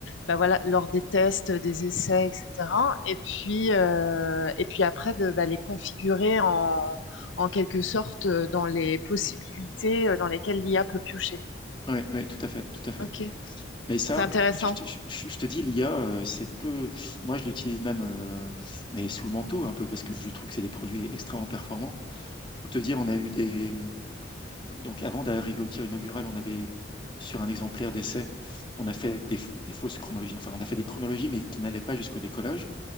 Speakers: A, on the left; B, on the left.
A: bah voilà, lors des tests, des essais, etc. Et puis, euh, et puis après, de bah, les configurer en, en quelque sorte euh, dans les possibilités euh, dans lesquelles l'IA peut piocher.
B: ouais, ouais, tout à fait, tout à fait.
A: Ok,
B: Mais ça,
A: c'est intéressant.
B: tu- je, te je- je- je te dis, l'IA, euh, c'est peu. Moi, je l'utilise même, euh, mais sous le manteau un peu, parce que je trouve que c'est des produits extrêmement performants. Pour te dire, on a eu des. Donc, avant d'arriver au tir inaugural, on avait, sur un exemplaire d'essai, on a fait des, f- des fausses chronologies. Enfin, on a fait des chronologies, mais qui n'allaient pas jusqu'au décollage